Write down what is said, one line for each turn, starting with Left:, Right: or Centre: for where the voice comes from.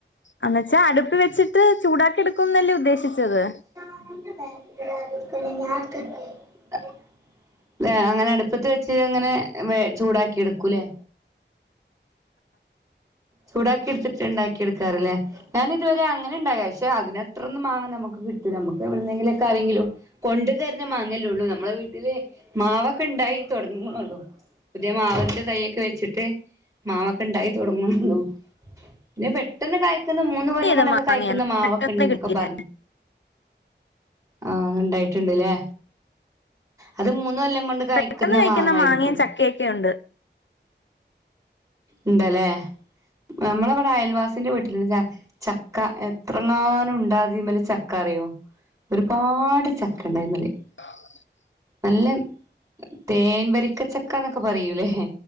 Left: എന്ന് വച്ചാ അടുപ്പിവെച്ചിട്ട് ചൂടാക്കി എടുക്കുന്നല്ലേ ഉദ്ദേശിച്ചത്
Right: <unintelligible> അടുപ്പത്ത് വെച്ച് അങ്ങനെ വെ ചൂടാക്കി എടുക്കൂല്ലേ ചൂടാക്കി എടുത്തിട്ട് ഉണ്ടാക്കി എടുക്കാറില്ലേ ഞാൻ ഇതുവരെ അങ്ങനെ ഉണ്ടായ പക്ഷെ അതിനത്രോന്ന് മാങ്ങാ നമ്മുക്ക് കിട്ടില്ല നമ്മുക്ക് എവിടുന്നെങ്കിലൊക്കെ ആരെങ്കിലും കൊണ്ടു തരുന്ന മാങ്ങല്ലേ ഉള്ളൂ നമ്മളെ വീട്ടില് മാവൊക്കെ ഉണ്ടായി തുടങ്ങുന്നേ ഉള്ളൂ പുതിയ മാവിന്റെ തയ്യൊക്കെ വെച്ചിട്ട് മാവൊക്കെ ഉണ്ടായി തുടങ്ങുന്നു <unintelligible> പിന്നെ പെട്ടെന്ന് കായിക്കുന്ന മൂന്ന് കൊല്ലം
Left: കട്ട് ചെയ്ത
Right: കൊണ്ടൊക്കെ
Left: മാങ്ങയാ
Right: കായിക്കുന്ന മാവൊക്കെ
Left: പെട്ടെന്ന്
Right: ഉണ്ടെന്നൊക്കെ
Left: കിളിക്കുന്ന
Right: പറഞ്ഞു ആഹ് ഉണ്ടായിട്ടുണ്ട് അല്ലേ അത് മൂന്നുകൊല്ലം കൊണ്ട് കായിക്കുന്ന
Left: പെട്ടെന്ന് കഴിക്കുന്ന
Right: മാങ്ങ ആയിരിക്കും
Left: മാങ്ങയും ചക്കയൊക്കെ ഉണ്ട്
Right: ഉണ്ടല്ലേ നമ്മളവിടെ അയൽവാസിന്റെ വീട്ടിലുണ്ട് ചക്ക എത്രങ്ങാനും ഉണ്ടാതിമേല് ചക്ക അറിയോ ഒരുപാട് ചക്ക ഉണ്ട് <unintelligible>
Left: <inaudible>
Right: നല്ല തേൻ വരിക്കച്ചക്കന്നൊക്കെ പറയൂലേ